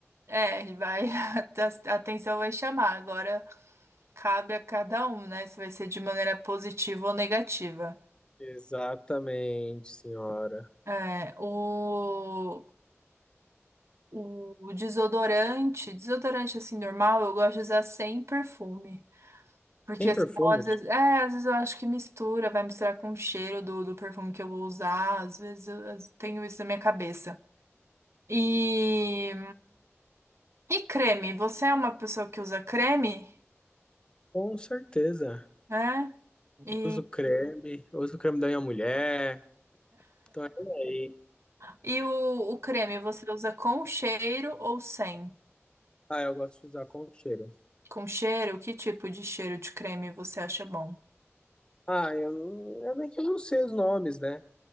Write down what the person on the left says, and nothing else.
Exatamente, senhora.
Tem perfume?
Com certeza.
Uso creme, uso creme da minha mulher. Então é por aí.
Ah, eu gosto de usar com cheiro.
Ah, eu não. Eu nem que eu não sei os nomes, né?